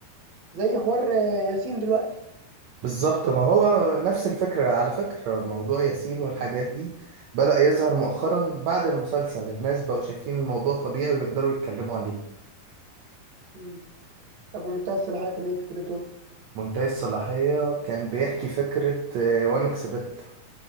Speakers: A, on the right; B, on the right.
A: زي حوار آه، ياسين دلوقتي
B: بالظبط ما هو نفس الفكرة على فكرة موضوع ياسين والحاجات دي بدأ يظهر مؤخرا بعد المسلسل الناس بقوا شايفين الموضوع طبيعي ويقدروا يتكلموا عليه
A: مم. طب ومنتهى الصلاحيه كان ايه فكرته
B: منتهي الصلاحية كان بيحكي فكرة آه، وانكس بت